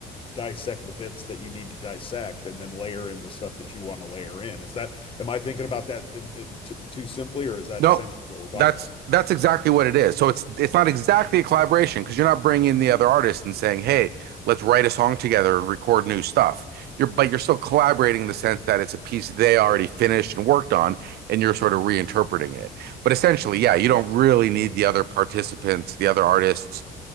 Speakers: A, on the left; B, on the right.
A: dissect the bits that you need to dissect and then layer in the stuff that you want to layer in. Is that am I thinking about that in, in, t too simply, or is that
B: No,
A: essentially what we're talking
B: that's
A: about?
B: that's exactly what it is. So it's it's not exactly a collaboration because you're not bringing in the other artist and saying, "Hey, let's write a song together and record new stuff." You're but you're still collaborating in the sense that it's a piece they already finished and worked on, and you're sort of reinterpreting it. But essentially, yeah, you don't really need the other participants, the other artists'